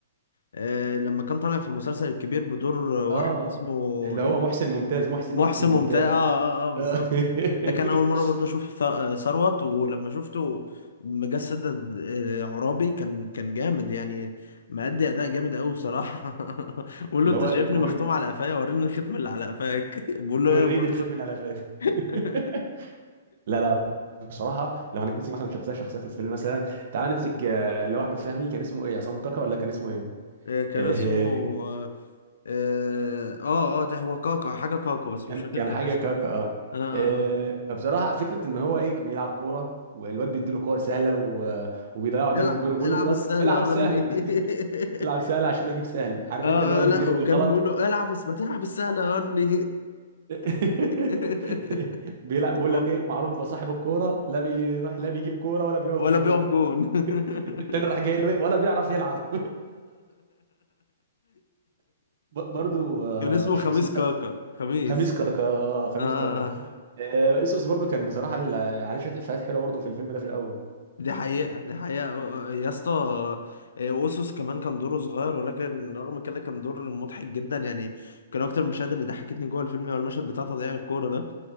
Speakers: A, on the left (about 85°); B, on the right (about 60°).
A: آه لما كان طالع في المسلسل الكبير بدور واحد
B: اه
A: اسمه
B: اللي
A: إيه؟
B: هو محسن ممتاز محسن
A: محسن
B: محسن ممتاز
A: ممتاز اه اه اه بالظبط
B: آه.
A: ده كان اول
B: <laughs>
A: مره برضه اشوف ث- آه، ثروت ولما شفته مجسد آه، عرابي كان كان جامد يعني مأدي اداء جامد قوي بصراحه <laughs> بقول
B: اللي
A: له انت
B: هو
A: شايفني
B: الكوميدي
A: مختوم على قفايا وريني الختم اللي على قفاك <laughs> بقول له ايه
B: وريني
A: يا مؤاخذه
B: الختم اللي على فاك
A: <laughs>
B: <laughs> لا لا بصراحه لو هنمسك مثلا شخصيه شخصيه في الفيلم مثلا تعال نمسك آه، اللي هو احمد فهمي كان اسمه ايه عصام كاكا ولا كان اسمه ايه
A: آه، كان
B: آه،
A: اسمه اه اه آه، ده هو كاكا حاجه كاكا بس
B: كان
A: مش فاكر
B: كان
A: كان
B: حاجه
A: اسمه
B: كاكا اه
A: اه اه
B: آه،
A: اه
B: فبصراحه فكره ان هو ايه بيلعب كوره والواد بيديله كور سهله و- وبيضيعها قدام
A: العب
B: الجون وبيقول
A: العب
B: له بس
A: السهله
B: العب
A: يا
B: سهل
A: هني <laughs>
B: <laughs> العب سهل عشان اجيب سهل عارف
A: اه
B: انت اللي هو اللي
A: آه، لا
B: بيرمي
A: وكان
B: الغلط
A: بيقول له العب بس ما تلعب السهلة يا هني
B: <laughs>
A: <laughs>
B: بيلعب بيقول
A: و-
B: لك ايه معروفه صاحب الكوره لا بيروح لا بيجيب كوره ولا بيقف
A: ولا
B: جون
A: بيقف جون
B: <laughs>
A: <laughs>
B: التاني راح جاي له إيه؟ ولا بيعرف يلعب <laughs> ب- برضو آه،
A: كان اسمه
B: شيء
A: خميس
B: اسمه
A: كاكا
B: ده
A: خميس
B: خميس كاكا آه، خميس
A: اه آه،
B: كاكا
A: آه.
B: آه، اسقس برضو كان بصراحه ال- عليه شويه افيهات حلوه برضو في الفيلم ده في الاول
A: دي حقيقة دي حقيقة آه، آه، يا اسطى آه، اوسوس كمان كان دوره صغير ولكن رغم كده كان دور مضحك جدا يعني كان اكتر المشاهد اللي ضحكتني جوه الفيلم هو المشهد بتاع تضييع الكورة